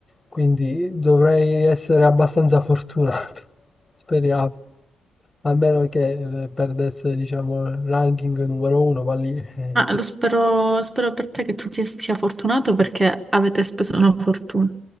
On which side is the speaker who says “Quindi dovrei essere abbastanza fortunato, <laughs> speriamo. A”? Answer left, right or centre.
Left